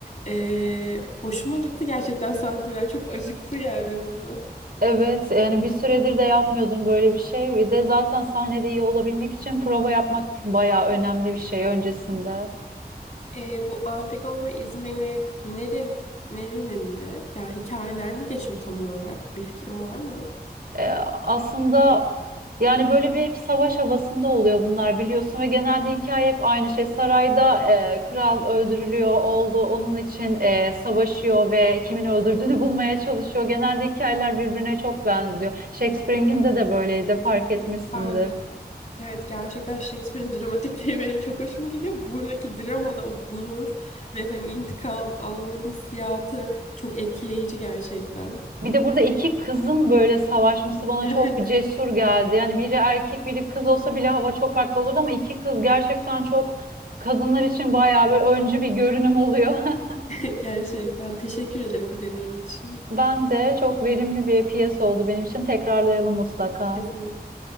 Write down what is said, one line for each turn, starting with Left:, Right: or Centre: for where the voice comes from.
Left: Ee, hoşuma gitti gerçekten sahneler çok acıklı geldi bana.
Right: Evet, yani bir süredir de yapmıyordum böyle bir şey. Ve de zaten sahnede iyi olabilmek için prova yapmak bayağı önemli bir şey öncesinde.
Left: Ee, bu Antigone ve İzmeni nerenin, nerenindi? Yani hikaye nerede geçiyor tam olarak? Bir fikrin var mı?
Right: E, aslında yani böyle bir hep savaş havasında oluyor bunlar biliyorsun ve genelde hikaye hep aynı şey. Sarayda e, kral öldürülüyor oldu onun için e, savaşıyor ve kimin öldürdüğünü <laughs> bulmaya çalışıyor. Genelde hikayeler birbirine çok benziyor. Shakespeare'in de de böyleydi fark etmişsindir.
Left: Ben evet gerçekten Shakespeare'in dramatikleri benim çok hoşuma gidiyor. Buradaki dramada o gurur ve hani intikam alma hissiyatı çok etkileyici gerçekten.
Right: Bir de burada iki kızın böyle savaşması bana
Left: Evet
Right: çok cesur geldi. Yani biri erkek biri kız olsa bile hava çok farklı olurdu ama iki kız gerçekten çok kadınlar için bayağı böyle öncü bir görünüm oluyor. <laughs>
Left: <laughs> gerçekten teşekkür ederim bu deneyim için.
Right: Ben de çok verimli bir piyasa oldu benim için. Tekrarlayalım mutlaka.
Left: Kesinlikle.